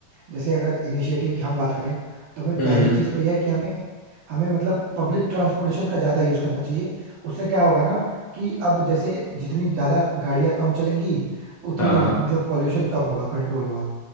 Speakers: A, on the right; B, on the left.
A: जैसे अगर इनिशिएटिव की हम बात करें तो हमें
B: हम्म
A: पहली
B: हम्म।
A: चीज तो यह है कि हमें हमें मतलब पब्लिक ट्रांसपोर्टेशन का ज्यादा यूज करना चाहिए उससे क्या होगा ना कि अब जैसे जितनी ज्यादा गाड़ियां कम चलेंगी उतनी
B: हाँ हाँ
A: मतलब पॉल्यूशन कम होगा कंट्रोल होगा